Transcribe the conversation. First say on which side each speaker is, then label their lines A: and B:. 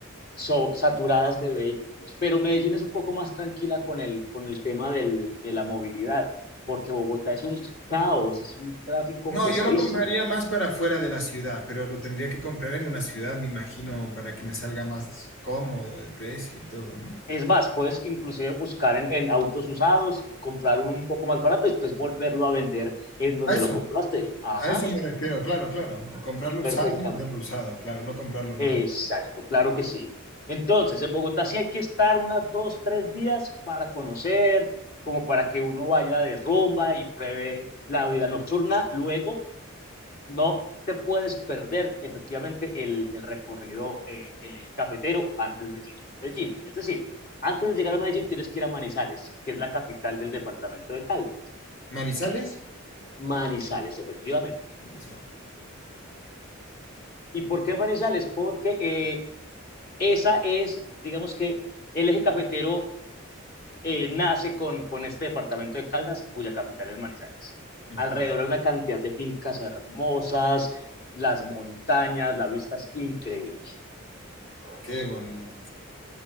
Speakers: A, on the left; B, on the left.
A: so- saturadas de vehículos, pero Medellín es un poco más tranquila con el, con el tema del, de la movilidad, porque Bogotá es un caos, es un tráfico
B: No,
A: pesadísimo.
B: yo lo compraría más para fuera de la ciudad, pero lo tendría que comprar en una ciudad, me imagino, para que me salga más cómodo de precio y todo, ¿no?
A: Es más, puedes inclusive buscar en, en autos usados, comprar uno un poco más barato y después volverlo a vender en donde
B: A eso,
A: lo compraste. Ajá,
B: a eso me refiero, claro, claro. Comprarlo
A: perfectamente.
B: usado y venderlo usado, claro, no comprarlo
A: Exacto,
B: nuevo.
A: claro que sí. Entonces, en Bogotá sí hay que estar unas dos, tres días para conocer, como para que uno vaya de rumba y pruebe la vida nocturna. Luego no te puedes perder efectivamente el, el recorrido eh, del eje cafetero antes de llegar a Medellín. Es decir, antes de llegar a Medellín tienes que ir a Manizales, que es la capital del departamento de Caldas.
B: ¿Marizales?
A: Manizales, efectivamente.
B: Marizales.
A: ¿Y por qué Manizales? Porque eh, esa es, digamos que el eje cafetero eh, nace con, con este departamento de Caldas, cuya capital es Manizales.
B: Ajá,
A: Alrededor hay una cantidad de fincas hermosas, las montañas, la vista es increíble.
B: qué bonito,